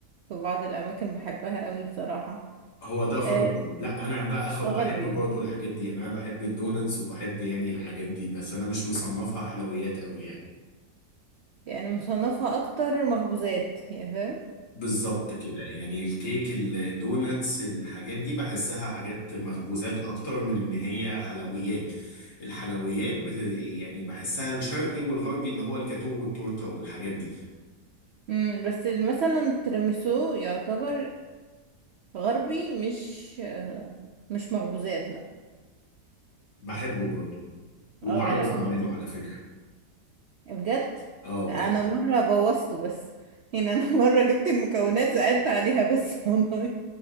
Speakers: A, on the right; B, on the left.
A: في بعض الاماكن بحبها قوي بصراحة
B: هو ده غربي
A: آه،
B: لا انا بقى خ- بحب
A: غربي
B: برضو
A: يعني
B: الحاجات دي يعني انا بحب الدونتس وبحب يعني الحاجات دي بس انا مش مصنفها حلويات قوي يعني
A: يعني مصنفها اكتر مخبوزات يعني فاهم
B: بالظبط كده يعني الكيك الدونتس الحاجات دي بحسها حاجات مخبوزات اكتر من ان هي حلويات الحلويات بت... يعني بحسها الشرقي والغربي اللي هو الجاتو والتورته والحاجات دي
A: أمم، بس مثلا التيراميسو يعتبر غربي مش آه، مش مخبوزات لا
B: بحبه برضو وبعرف
A: اه لا
B: اعمله
A: لطيف
B: على فكرة
A: بجد
B: اه بجد
A: انا مره بوظته بس يعني انا <laughs> مره جبت المكونات زعلت عليها بس <laughs> والله